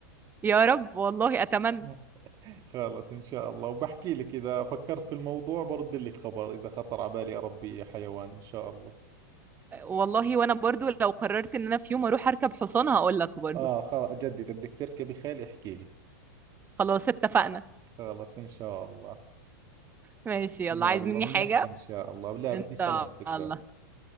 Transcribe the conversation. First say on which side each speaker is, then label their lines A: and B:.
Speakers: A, on the right; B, on the right.
A: يا رب والله اتمنى
B: <laughs> خلص إن شاء الله وبحكي لك إذا فكرت في الموضوع برد لك خبر إذا خطر على بالي أربي حيوان إن شاء الله
A: والله وانا برضو لو قررت ان انا في يوم اروح اركب حصان هقول لك برضو
B: آه خل... جد إذا بدك تركبي خيل احكي لي
A: خلاص اتفقنا
B: خلص إن شاء الله
A: ماشي يلا
B: يلا
A: عايز مني
B: بنحكي
A: حاجة
B: إن شاء الله لا
A: ان
B: بدي
A: شاء
B: سلامتك
A: الله
B: بس